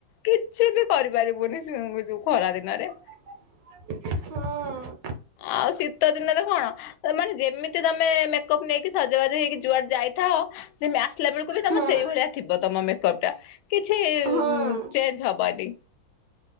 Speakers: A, on the left (about 90°); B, on the right (about 70°).
A: କିଛି ବି କରିପାରିବୁନି ସୁଗ୍ ଯୋଉ ଖରା ଦିନରେ।
B: ହଁ।
A: ଆଉ ଶୀତ ଦିନରେ କଣ ତ ମାନେ ଯେମିତି ତମେ ମେକଅପ୍ ନେଇକି ସଜବାଜ ହେଇକି ଯୁଆଡେ ଯାଇ- ଥାଅ ସେମ୍ ଆସିଲା ବେଳକୁ ବି ତମ
B: ହଁ
A: ସେଇଭଳିଆ ଥିବ ତମ ମେକପ୍ ଟା। କିଛି
B: ହଁ।
A: ଚେଞ୍ଜ ହବନି।